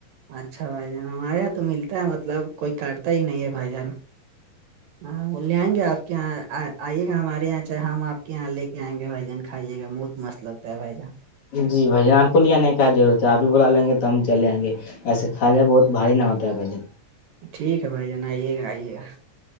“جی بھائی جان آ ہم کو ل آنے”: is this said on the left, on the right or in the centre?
Left